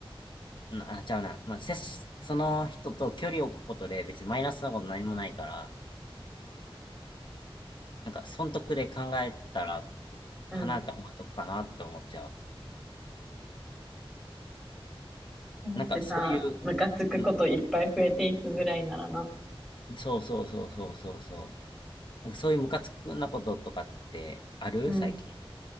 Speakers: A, on the left; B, in the centre.
A: なあ、ちゃうな。まあ、接し、その人と距離を置くことで別にマイナスなこと何もないから、なんか、損得で考えたら、
B: うん。
A: 離れた方が得かなって思っちゃう。
B: だってさ、
A: なんか、そういう、
B: ムカつくこといっぱい増えていくぐらいならな。
A: うんそうそうそうそうそうそう。なんか、そういうムカつくなこととかってある最近。
B: うん。